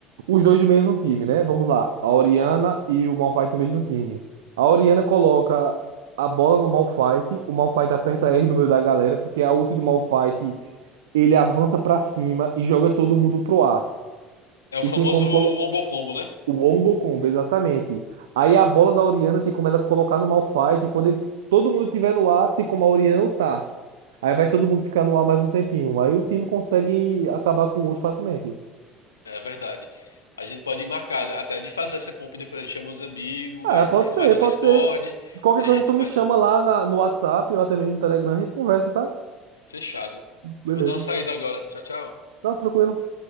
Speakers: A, on the right (about 70°); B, on the left (about 75°).
A: os dois do mesmo time, né? Vamos lá, a Oriana e o Malphite do mesmo time. A Oriana coloca a bola no Malphite, o Malphite aperta R no meio da galera, porque a ult do Malphite, ele avança pra cima e joga todo mundo pro ar.
B: É o
A: E
B: famoso
A: tem como
B: Wombo Combo, né?
A: o Wombo Combo, exatamente. Aí a bola da Orianna tem como ela colocar no Malphite. E quando ele- todo mundo tiver no ar, tem como a Orianna ultar. Aí vai todo mundo ficar no ar mais um tempinho. Aí o time consegue acabar com o outro facilmente.
B: É verdade. A gente pode marcar até de fazer essa compra e depois a gente chama os amigos,
A: Ah,
B: a gente,
A: pode
B: a gente
A: ser,
B: vai no
A: pode
B: Discord
A: ser. Qualquer
B: e a
A: coisa
B: gente
A: tu
B: faz
A: me chama
B: isso.
A: lá na- no WhatsApp ou até mesmo no Telegram, a gente conversa, tá?
B: fechado. Eu
A: Beleza.
B: vou dar uma saída agora. Tchau, tchau.
A: Não, tranquilo.